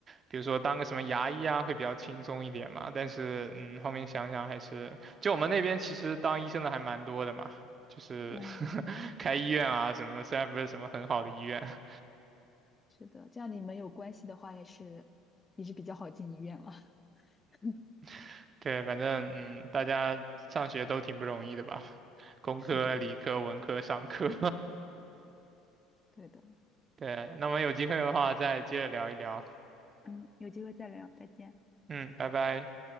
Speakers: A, on the right; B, on the left.
A: 比如说当个什么牙医啊会比较轻松一点嘛。但是嗯，后面想想还是，就我们那边其实当医生的还蛮多的嘛，就是
B: 嗯，
A: <laughs> 开医院啊什么的，虽然不是什么很好的医院，
B: 是的，这样你们有关系的话，也是也是比较好进医院了。<laughs>
A: <laughs> 对，反正嗯，大家上学都挺不容易的吧，工科、
B: 是的，
A: 理科、文科、商科，
B: 对的。
A: <laughs> 对。那我们有机会的话再接着聊一聊，
B: 嗯，有机会再聊，再见。
A: 嗯，拜拜。